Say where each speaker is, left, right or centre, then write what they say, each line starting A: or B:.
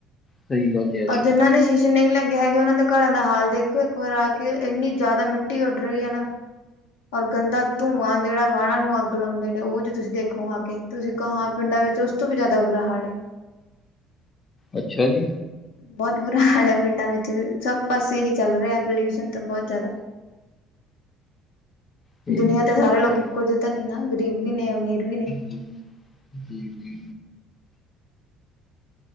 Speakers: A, on the left; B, on the left.
A: ਸਹੀ ਗੱਲ ਹੈ ਜੀ
B: ਔਰ ਜਿੰਨਾਂ ਨੇ ਸ਼ੀਸ਼ ਜੇ ਨਹੀ ਲੱਗੇ ਹੈਗੇ, ਉਹਨਾਂ ਦੇ ਘਰਾਂ ਦਾ ਹਾਲ ਦੇਖੋ ਇੱਕ ਵਾਰ ਆ ਕੇ, ਇੰਨੀ ਜ਼ਿਆਦਾ ਮਿੱਟੀ ਉੱਡ ਰਹੀ ਹੈ ਔਰ ਗੰਦਾ ਧੂੰਆਂ ਜਿਹੜਾ ਵਾਹਣਾ ਨੂੰ ਅੱਗ ਲਾਉਂਦੇ ਨੇ, ਉਹ ਜ ਤੁਸੀਂ ਦੇਖੋ ਆ ਕੇ ਤੁਸੀਂ ਕਹ ਪਿੰਡਾਂ ਵਿੱਚ ਉਸ ਤੋਂ ਵੀ ਜ਼ਿਆਦਾ ਬੁਰਾ ਹਾਲ ਹੈ
A: ਅੱਛਾ ਜੀ
B: ਬਹੁਤ ਬੁਰਾ ਹਾਲ ਹੈ ਪਿੰਡਾਂ ਵਿੱਚ ਵੀ, ਸਭ ਪਾਸੇ ਹੀ ਚੱਲ ਰਿਹਾ ਪੋਲਿਊਸ਼ਨ ਤਾਂ ਬਹੁਤ ਜ਼ਿਆਦਾ
A: ਠੀਕ
B: ਦੁਨੀਆਂ ਤੇ
A: ਠੀਕ
B: ਸਾਰੇ ਲੋਕ
A: ਠੀਕ
B: ਇੱਕੋ ਜੇ ਤੇ ਨਹੀਂ ਨਾ, ਗ਼ਰੀਬ ਵੀ ਨੇ ਅਮੀਰ ਵੀ ਨੇ
A: ਜੀ ਜੀ ਜੀ